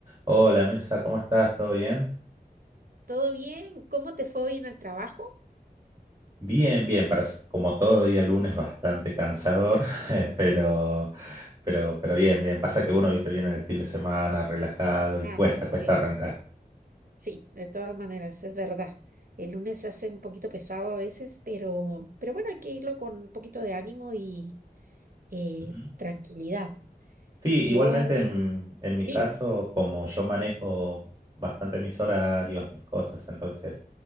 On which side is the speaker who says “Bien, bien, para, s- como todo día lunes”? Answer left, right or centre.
Right